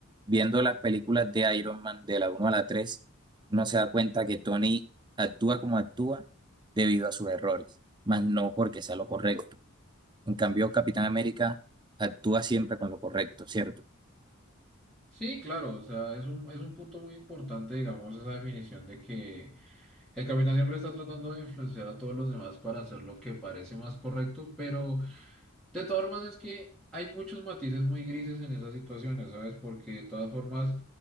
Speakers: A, on the right (about 20°); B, in the centre.
A: viendo las películas de Iron Man de la uno a la 3, uno se da cuenta que Tony actúa como actúa debido a sus errores, más no porque sea lo correcto. En cambio, Capitán América actúa siempre con lo correcto, ¿cierto?
B: Sí, claro, o sea, es un, es un punto muy importante, digamos, esa definición de que El capitán siempre está tratando de influenciar a todos los demás para hacer lo que parece más correcto, pero de todas formas es que hay muchos matices muy grises en esas situaciones, ¿sabes? Porque de todas formas,